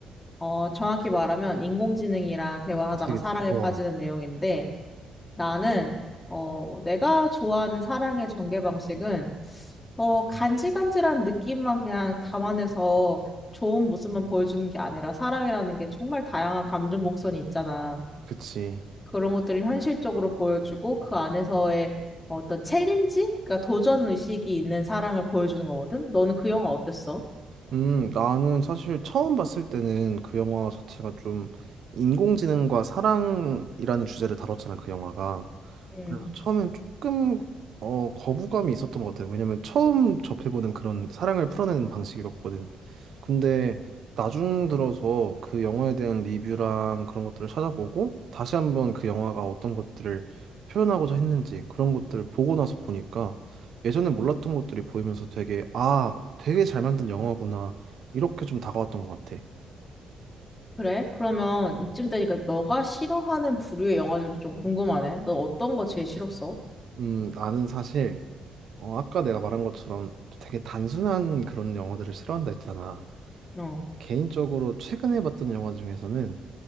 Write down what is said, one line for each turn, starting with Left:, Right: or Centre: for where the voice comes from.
Left: 어, 정확히 말하면 인공지능이랑 대화하다가
Right: 그치, 그치.
Left: 사랑에
Right: 어,
Left: 빠지는 내용인데 나는, 어, 내가 좋아하는 사랑의 전개 방식은 어, 간질간질한 느낌만 그냥 담아내서 좋은 모습만 보여주는 게 아니라 사랑이라는 게 정말 다양한 감정 곡선이 있잖아.
Right: 그치.
Left: 그런 것들을 현실적으로 보여주고 그 안에서의 어떤 챌린지? 그러니까 도전 의식이 있는 사랑을 보여주는 거거든. 너는 그 영화 어땠어?
Right: 음, 나는 사실 처음 봤을 때는 그 영화 자체가 좀 인공지능과 사랑이라는 주제를 다뤘잖아, 그 영화가.
Left: 음,
Right: 그래서 처음엔 조금 어, 거부감이 있었던 것 같아요. 왜냐면 처음 접해보는 그런 사랑을 풀어내는 방식이었거든. 근데 나중 들어서 그 영화에 대한 리뷰랑 그런 것들을 찾아보고 다시 한번 그 영화가 어떤 것들을 표현하고자 했는지 그런 것들을 보고 나서 보니까 예전에 몰랐던 것들이 보이면서 되게 아, 되게 잘 만든 영화구나. 이렇게 좀 다가왔던 것 같아.
Left: 그래? 그러면 이쯤 되니까 너가 싫어하는 부류의 영화들도 좀 궁금하네. 너 어떤 거 제일 싫었어?
Right: 음, 나는 사실 어, 아까 내가 말한 것처럼 되게 단순한 그런 영화들을 싫어한다 했잖아.
Left: 어,
Right: 개인적으로 최근에 봤던 영화 중에서는